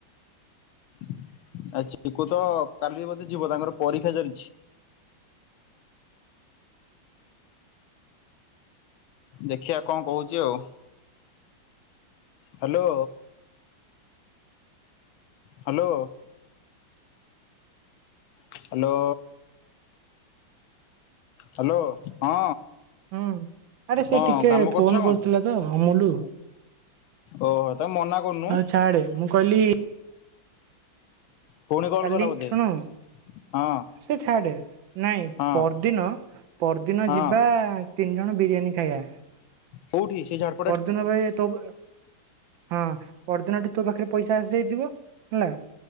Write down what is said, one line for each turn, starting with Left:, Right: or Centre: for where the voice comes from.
Left: ଆ, ଚିକୁ ତ କାଲି ବୋଧେ ଯିବ ତାଙ୍କର ପରୀକ୍ଷା ଚାଲିଛି। ଦେଖିଆ କଣ କହୁଚି ଆଉ। ହାଲୋ। ହାଲୋ। ହାଲୋ। ହାଲୋ ହଁ
Right: ହଁ, ଆରେ ସେ
Left: କଣ
Right: ଟିକେ
Left: କାମ
Right: ଫୋନ୍
Left: କରୁଛୁ ନା
Right: କରିଥିଲା
Left: କଣ
Right: ତ ଅମୁଲୁ।
Left: ଓହୋ, ତାକୁ ମନା କରୁନୁ
Right: ଅ, ଛାଡେ ମୁଁ କହିଲି
Left: ପୁଣି କଲ୍
Right: କାଲି
Left: କଲା ବୋଧେ
Right: ଶୁଣୁ,
Left: ହଁ
Right: ସେ ଛାଡେ, ନାଇଁ
Left: ହଁ
Right: ପରଦିନ ପରଦିନ
Left: ହଁ
Right: ଯିବା ତିନି ଜଣ ବିରିୟାନୀ ଖାଇବା।
Left: କୋଉଠି ସେ ଝାଡ୍
Right: ପରଦିନ ଭାଇ ତୋବ ଏ ହଁ ପରଦିନଠି ତୋ ପାଖରେ ପଇସା ଆସିଯାଇଥିବ ହେଲା।